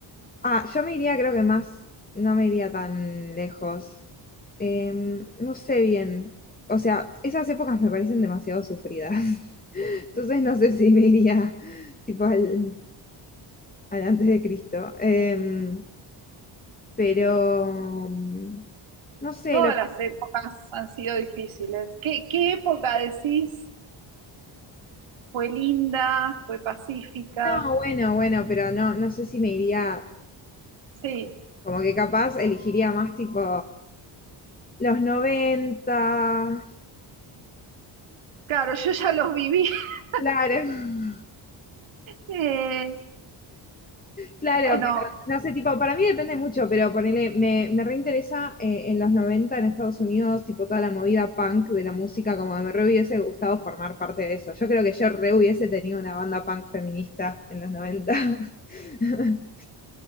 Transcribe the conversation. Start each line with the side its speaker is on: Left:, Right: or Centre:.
Left: Ah, yo me iría, creo que más, no me iría tan lejos. Em, no sé bien. O sea, esas épocas me parecen demasiado sufridas. <laughs> Entonces no sé si me iría tipo al, al antes de Cristo. Em, pero mm, no sé,
Right: Todas
Left: lo
Right: las épocas han sido difíciles. ¿Qué, qué época decís fue linda, fue pacífica?
Left: No, bueno, bueno, pero no, no sé si me iría,
Right: Sí.
Left: como que capaz elegiría más tipo los noventa
Right: Claro, yo ya los viví. <laughs>
Left: Claro, <laughs>
Right: Eh,
Left: claro,
Right: bueno,
Left: pero no sé, tipo, para mí depende mucho, pero ponele, me, me reinteresa eh, en los 90 en Estados Unidos, tipo toda la movida punk de la música, como me re hubiese gustado formar parte de eso. Yo creo que yo re hubiese tenido una banda punk feminista en los noventa <laughs>